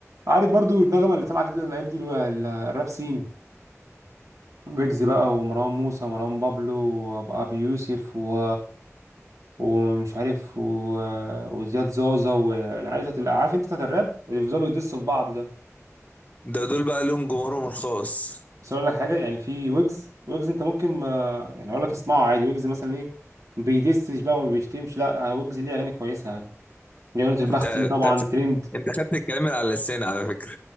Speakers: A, on the right; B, on the left.
A: عارف برضو النغمه اللي طالعه جديده الايام دي اللي هو ال- الراب سين ويجز بقى ومروان موسى ومروان بابلو وابي يوسف و... ومش عارف و... وزياد زازا والعيال بتاعت عارف انت بتاعت الراب اللي بيفضلوا يدسوا في بعض ده
B: ده دول بقى لهم جمهورهم الخاص
A: بس اقول لك حاجه يعني في ويجز ويجز انت ممكن ما يعني اقول لك اسمعه عادي ويجز مثلا ايه ما بيدسش بقى وما بيشتمش لا ويجز ليه اغاني كويسه يعني ليه اغنيه البختي
B: انت انت
A: طبعا ترند
B: انت خدت الكلام اللي على لساني على فكره